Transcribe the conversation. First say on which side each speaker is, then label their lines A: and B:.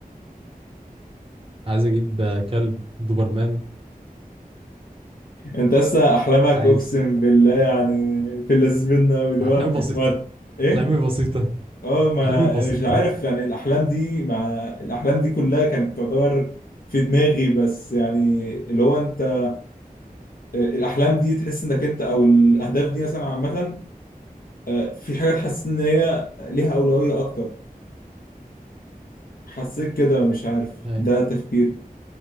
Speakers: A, on the right; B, on the left.
A: عايز اجيب كلب دوبرمان
B: انت اصلا احلامك
A: عايز
B: اقسم بالله يعني في اللذيذ منه أوي، اللي
A: احلامي
B: هو
A: بسيطة
B: ما ايه
A: احلامي بسيطة
B: اه ما
A: احلامي بسيطة
B: مش عارف يعني الاحلام دي مع الاحلام دي كلها كانت تعتبر في دماغي بس يعني اللي هو انت آه، الاحلام دي تحس انك انت او الاهداف دي مثلا عامه آه، في حاجات حاسس ان هي ليها اولويه اكتر حسيت كده مش عارف
A: ايوه
B: ده تفكيري